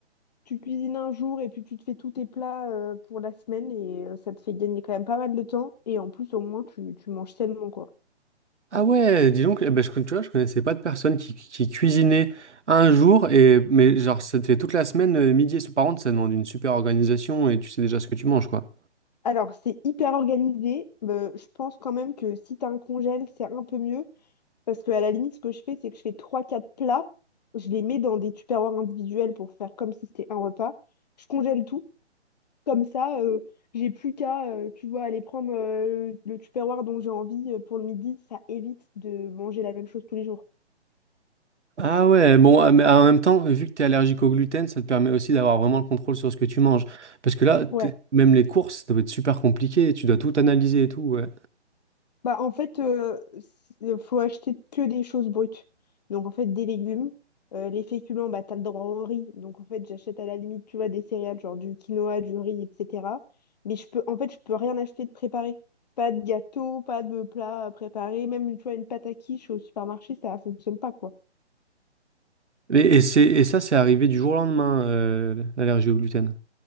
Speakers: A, on the left; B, on the right.
A: Tu cuisines un jour et puis tu te fais tous tes plats euh, pour la semaine et euh, ça te fait gagner quand même pas mal de temps. Et en plus, au moins, tu, tu manges sainement, quoi.
B: Ah ouais, dis donc, eh ben, je, tu vois, je connaissais pas de personne qui, qui cuisinait un jour, et, mais genre, ça te fait toute la semaine, euh, midi et soir. Par contre, ça demande une super organisation et tu sais déjà ce que tu manges, quoi.
A: Alors, c'est hyper organisé, mais je pense quand même que si tu as un congèle, c'est un peu mieux. Parce que à la limite, ce que je fais, c'est que je fais trois, quatre plats, je les mets dans des tupperwares individuels pour faire comme si c'était un repas. Je congèle tout. Comme ça, euh, j'ai plus qu'à, euh, tu vois, aller prendre euh, le tupperware dont j'ai envie euh, pour le midi. Ça évite de manger la même chose tous les jours.
B: Ah ouais, bon, ah, mais en même temps, vu que tu es allergique au gluten, ça te permet aussi d'avoir vraiment le contrôle sur ce que tu manges. Parce que là, t'es-
A: Ouais.
B: même les courses, ça doit être super compliqué, tu dois tout analyser et tout, ouais.
A: Bah, en fait, il faut acheter que des choses brutes. Donc, en fait, des légumes, euh, les féculents, bah, t'as le droit au riz. Donc, en fait, j'achète à la limite, tu vois, des céréales, genre du quinoa, du riz, etc. Mais je peux, en fait, je peux rien acheter de préparé. Pas de gâteau, pas de plat préparé. Même, tu vois, une pâte à quiche au supermarché, ça fonctionne pas, quoi.
B: Et, et c'est, et ça, c'est arrivé du jour au lendemain, euh, l'allergie au gluten.